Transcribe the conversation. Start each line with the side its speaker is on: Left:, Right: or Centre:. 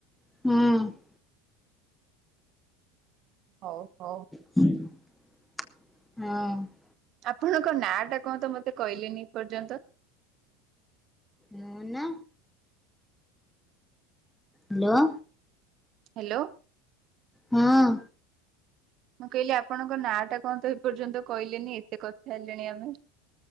Centre: ହୁଁ।
Right: ହଉ ହଉ।
Centre: ହଁ।
Right: ଆପଣଙ୍କ ନାଁ ଟା କଣ ତ ମତେ କହିଲେନି ଏ ପର୍ଯ୍ୟନ୍ତ?
Centre: ମୋ ନା ହ୍ୟାଲୋ।
Right: ହ୍ୟାଲୋ।
Centre: ହଁ।
Right: ମୁଁ କହିଲି ଆପଣଙ୍କ ନାଁ ଟା କଣ ତ ଏ ପର୍ଯ୍ୟନ୍ତ କହିଲେନି ଏତେ କଥା ହେଲେଣି ଆମେ?